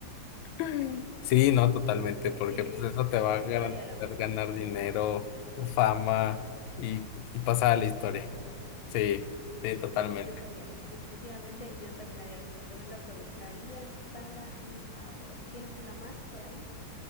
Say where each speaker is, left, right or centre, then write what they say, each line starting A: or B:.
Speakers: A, on the left (about 75°); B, on the left (about 30°).
A: <clears throat> Sí, no, totalmente, porque
B: Sí,
A: pues eso
B: yo-
A: te va
B: sí,
A: a garantizar
B: yo haría lo mismo.
A: ganar
B: Sí.
A: dinero, fama y, y pasar a la historia. Sí, sí, totalmente.
B: Sí, yo también. Definitivamente yo también haría lo mismo. También lo aprovecharía para mi favor. ¿Tienes una más por ahí?